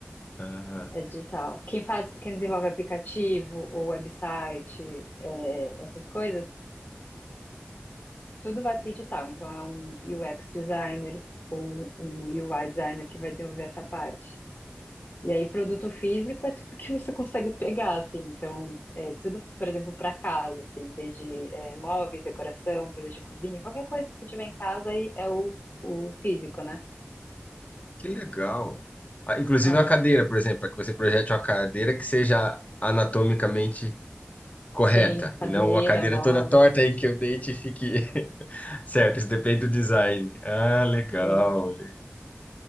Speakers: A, on the left; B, on the left.
A: Ah,
B: É digital. Quem faz, quem desenvolve aplicativo ou website, é, essas coisas, tudo vai para o digital. Então é um UX designer ou um UI designer que vai desenvolver essa parte. E aí, produto físico é tudo que você consegue pegar, assim. Então, é tudo, por exemplo, para casa, assim, desde é, móveis, decoração, coisas de cozinha, qualquer coisa que você tiver em casa aí é o, o físico, né?
A: que legal. Ah, inclusive
B: Ah,
A: uma cadeira, por exemplo, para que você projete uma cadeira que seja anatomicamente correta
B: sim, cadeira,
A: e não uma cadeira
B: móveis,
A: toda torta aí que o dente fique <laughs> certo. Isso depende do design. Ah, legal.
B: é isso.